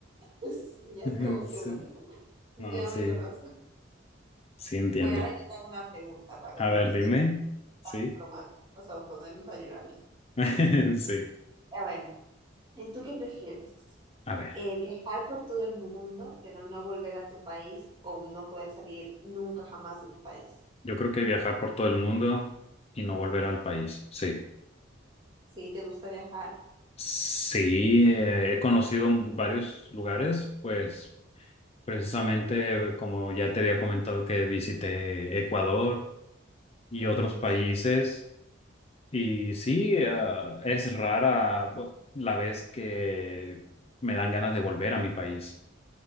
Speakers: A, on the right (about 25°); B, on the left (about 30°).
A: Sí, Ya
B: <laughs>
A: es como
B: Sí.
A: que bueno, ya
B: No, sí,
A: me conozco.
B: sí entiendo.
A: Bueno, ahora yo te hago una pregunta para cambiar
B: A ver,
A: de
B: dime.
A: tema
B: Sí,
A: tan románticos o podernos ayudar.
B: <laughs> sí.
A: A ver, ¿y ¿tú qué prefieres?
B: A ver.
A: Eh, ¿viajar por todo el mundo, pero no volver a tu país o no poder salir nunca jamás de tu país?
B: Yo creo que viajar por todo el mundo y no volver al país. Sí.
A: Sí, te gusta viajar.
B: Sí, eh, he conocido varios lugares, pues precisamente como ya te había comentado que visité Ecuador y
A: Ujú,
B: otros países.
A: sí,
B: Y sí, eh, es rara bu- la vez que me dan ganas de volver a mi país.